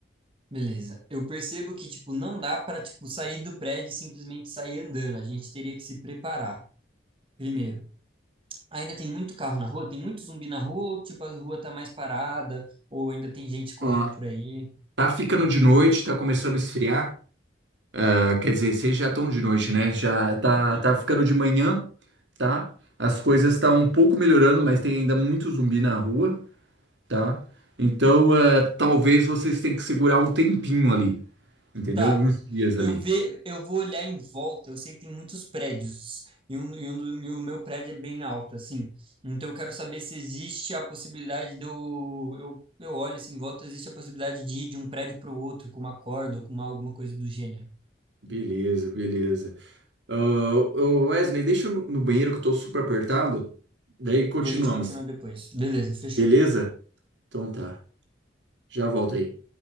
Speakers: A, on the right; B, on the right.
A: Beleza. Eu percebo que, tipo, não dá para, tipo, sair do prédio e simplesmente sair andando. A gente teria que se preparar, primeiro. Ainda tem muito carro na rua? Tem muito zumbi na rua? Ou, tipo, a rua tá mais parada? Ou ainda tem gente correndo
B: Ah,
A: por aí?
B: tá ficando de noite, tá começando a esfriar. Ah, Quer dizer, vocês já estão de noite, né? Já tá,
A: Uhum.
B: tá ficando de manhã, tá? As coisas estão um pouco melhorando, mas tem ainda muito zumbi na rua, tá? Então, eh, talvez vocês tenham que segurar um tempinho ali, entendeu?
A: Tá.
B: Alguns dias
A: Eu
B: ali.
A: ve, eu vou olhar em volta. Eu sei que tem muitos prédios e, um, e, um do- e o meu prédio é bem alto, assim. Então eu quero saber se existe a possibilidade de eu, eu, eu olho assim em volta, existe a possibilidade de ir de um prédio para o outro com uma corda ou com uma, alguma coisa do gênero.
B: Beleza, beleza. Ah, ô, Wesley, deixa eu no no banheiro que eu tô super apertado. Daí continuamos.
A: E a gente continua depois. Beleza, fechou.
B: Beleza? Então tá. Já volto aí.